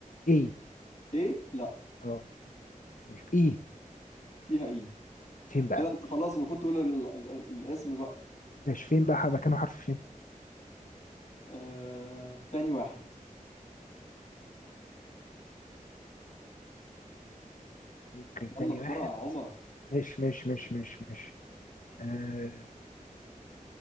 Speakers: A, on the left; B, on the left.
A: إيه
B: ايه لا
A: أه ماشي إيه
B: فيها ايه
A: فين بقى
B: كده انت خلاص المفروض تقول ال... ال... ال- الاسم بقى
A: ماشي فين بقى مكانه حرف فين
B: آه... تاني واحد
A: ممكن
B: يلا
A: تاني
B: بسرعة
A: واحد
B: يا عمر
A: ماشي ماشي ماشي ماشي ماشي آه،